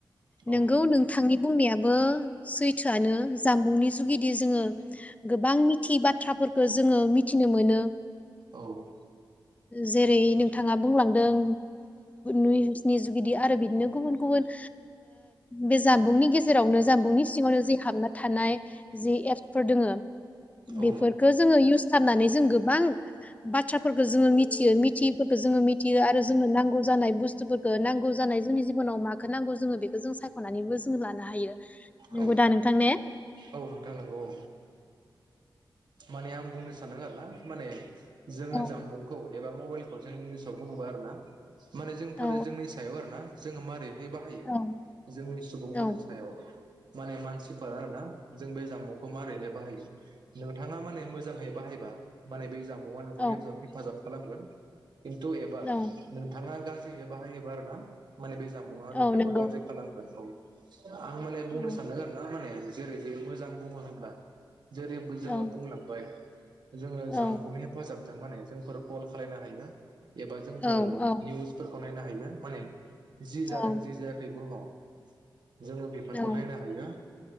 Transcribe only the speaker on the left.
नोंगौ नोंथांनि बुंनायाबो सैथोआनो जामबुंनि जुगिदि जोङो गोबां मिथियि बाथ्राफोरखौ जोङो मिथिनो मोनो।
जेरै नोंथाङा बुंलांदों निउसनि जुगिदि आरो बिदिनो गुबुन गुबुन बे जामबुंनि गेजेरावनो जामबुंनि सिङावनो जि हाबनानै थानाय जि एपफोर दोङो
बेफोरखौ जोङो इउस खालामनानै जों गोबां बाथ्राफोरखौ जोङो मिथियो मिथियिफोरखौ जोङो मिथियो आरो जोंनो नांगौ जानाय बुस्थुफोरखौ नांगौ जानाय जोंनि जिब'नाव माखौ नांगौ जोङो बेखौ जों सायख'नानैबो जों लानो हायो नोंगौ
दा नोंथां ने
ओ औ
औ
औ
औ
औ
औ
औ नंगौ
औ
औ
औ
औ
औ
औ